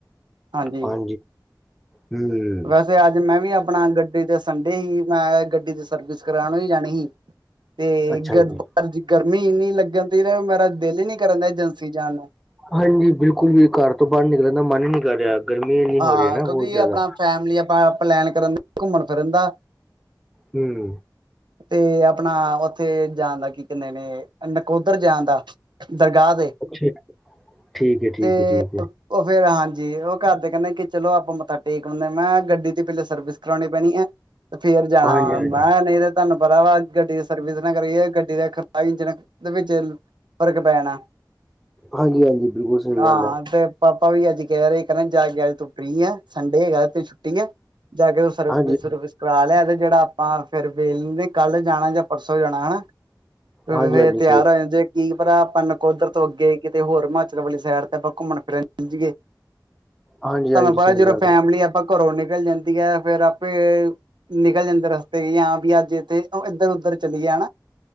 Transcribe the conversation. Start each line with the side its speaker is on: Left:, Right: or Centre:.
Right: ਹਾਂਜੀ
Centre: ਹਾ ਹੂੰ,
Right: ਵੈਸੇ ਅੱਜ ਮੈਂ ਵੀ ਆਪਣਾ ਗੱਡੀ ਦੇ ਸੰਡੇ ਈ, ਮੈਂ ਗੱਡੀ ਦੀ ਸਰਵਿਸ ਕਰਉਨ ਵੀ ਜਾਣੀ ਸੀ। <inaudible> ਤੇ
Centre: ਅੱਛਾ
Right: ਗਡ
Centre: ਜੀ
Right: ਗਰਮੀ ਇਨੀ ਲੱਗਨ ਦਈ ਨਾ ਮੇਰਾ ਦਿਲ ਹੀ ਨੀ ਕਰਨ ਦਾ ਏਜੰਸੀ ਜਾਣ ਨੂੰ।
Centre: ਹਾਂਜੀ, ਬਿਲਕੁਲ ਵੀ ਘਰ ਤੋਂ ਬਾਹਰ ਨਿਕਲਨ ਦਾ ਮਨ ਹੀ ਨਹੀਂ ਕਰ ਰਿਹਾ, ਗਰਮੀ ਏਨੀ
Right: ਹਾਂ
Centre: ਹੋ ਰਹੀ ਹੈ ਬਹੁਤ
Right: ਕਿਉਂਕਿ
Centre: ਜ਼ਿਆਦਾ।
Right: ਆਪਣਾ ਫੈਮਿਲੀ, ਆਪਾਂ ਪਲੈਨ ਕਰਨ ਦਏ ਘੁੰਮਨ-ਫਿਰਨ ਦਾ,
Centre: ਹਮ।
Right: ਤੇ ਆਪਣਾ ਉੱਥੇ ਜਾਣ ਦਾ ਕੀ ਕਹਿੰਨ ਨੇ, ਨਕੋਦਰ ਜਾਣ ਦਾ। ਦਰਗਾਹ ਦੇ,
Centre: ਅੱਛਾ ਠੀਕ ਹੈ ਠੀਕ
Right: ਤੇ
Centre: ਹੈ ਠੀਕ ਹੈ
Right: ਉਹ ਫੇਰ ਹਾਂਜੀ, ਉਹ ਘਰਦੇ ਕਹਿੰਦੇ ਕਿ ਚਲੋ ਆਪਾਂ ਮੱਥਾ ਟੇਕ ਆਉਂਨੇ, ਮੈਂ ਗੱਡੀ ਦੀ ਪਹਿਲੇ ਸਰਵਿਸ ਕਰਾਉਣ ਪੈਣੀ ਏ। ਤੇ ਫੇਰ ਜਾਣਾ
Centre: ਹਾਂਜੀ
Right: ਮੈਂ
Centre: ਹਾਂਜੀ
Right: ਵਾਂ, ਮੈਂ ਹਾਂ ਨਹੀਂ ਤੇ ਤੁਹਨੂੰ ਪਤਾ ਵਾ ਗੱਡੀ ਦੀ ਸਰਵਿਸ ਨਾ ਕਰੀਏ, ਗੱਡੀ ਦਾ ਖਰਾਬ ਇੰਜਣ ਦੇ ਵਿੱਚ ਫਰਕ ਪੈ ਜਾਣਾ,
Centre: ਹਾਂਜੀ ਹਾਂਜੀ ਬਿਲਕੁਲ ਸਹੀ
Right: ਆਹ
Centre: ਗੱਲ ਹੈ
Right: ਤੇ, ਪਾਪਾ ਵੀ ਅੱਜ ਕਹਿ ਰਹੇ ਜਾ- ਜਾ ਅੱਜ ਤੂੰ ਫਰੀ ਆ, ਸੰਡੇ ਹੈਗਾ ਤੇ ਛੁੱਟੀ ਏ, ਜਾਕੇ ਸਰਵਿਸ-ਸੂਰਵਿਸ
Centre: ਹਾਂਜੀ
Right: ਕਰਾ ਲਿਆ ਤੇ ਜਿਹੜਾ ਆਪਾਂ ਫੇਰ ਵੇਖ ਲੈਨੇ ਕੱਲ ਜਾਣਾ ਜਾਂ ਪਰਸੋਂ ਜਾਣਾ ਹਨਾਂ, ਫੇਰ
Centre: ਹਾਂਜੀ
Right: ਮੈਂ
Centre: ਹਾਂਜੀ
Right: ਤਿਆਰ
Centre: ਸਹੀ
Right: ਹੋ ਜਾਊ ਜੇ ਕੀ ਪਤਾ ਆਪਾਂ ਨਕੋਦਰ ਤੋਂ ਅੱਗੇ, ਕਿੱਤੇ ਹੋਰ ਹਿਮਾਚਲ ਵਾਲੀ ਸਾਈਡ ਤੇ ਆਪਾਂ ਘੁੰਮਣ ਫਿਰਨ ਚਲੇ ਜਈਏ।
Centre: ਹਾਂਜੀ
Right: ਤਹਾਨੂੰ
Centre: ਹਾਂਜੀ
Right: ਪਤਾ
Centre: ਸਹੀ
Right: ਜਦੋਂ
Centre: ਗੱਲ
Right: ਫੈਮਲੀ
Centre: ਹੈ
Right: ਆਪਾਂ ਘਰੋਂ ਨਿਕਲ ਜਾਂਦੀ ਹੈ, ਫੇਰ ਆਪੇ ਨਿਕਲ ਜਾਂਦੇ ਰਸਤੇ ਵੀ ਜਾਂ ਵੀ ਅੱਜ ਏ ਤੇ ਏਧਰ-ਉੱਧਰ ਚਲੀਏ।